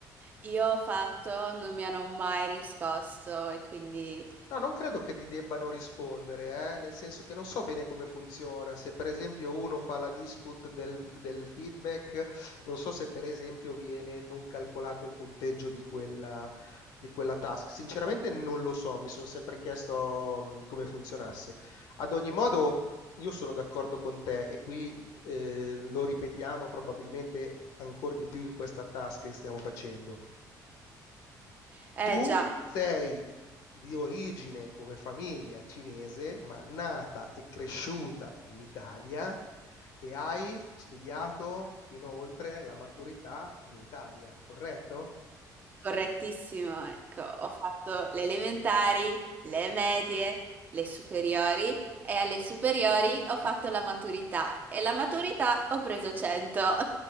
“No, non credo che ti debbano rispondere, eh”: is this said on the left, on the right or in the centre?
Left